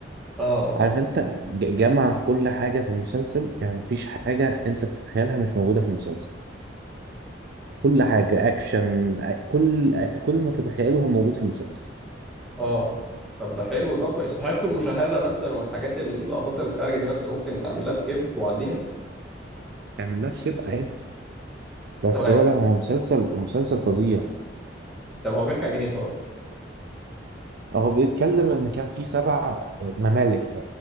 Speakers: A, in the centre; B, on the right.
A: اه اه
B: عارف انت ج- جمع كل حاجة في المسلسل يعني مفيش حاجة انت تتخيلها مش موجودة في المسلسل كل حاجة اكشن أ- كل أ- كل ما تتخيله هو موجود في المسلسل
A: اه طب ده حلو ده بقى يستحق المشاهدة مثلا والحاجات اللقطات الخارجة دي مثلا ممكن أعمل لها سكيب وأعديها
B: اعمل نفس كده عادي بس
A: طب ه-
B: هو لا هو مسلسل مسلسل فظيع
A: طب هو بيحكي عن إيه طب؟
B: هو بيتكلم ان كان في سبع ممالك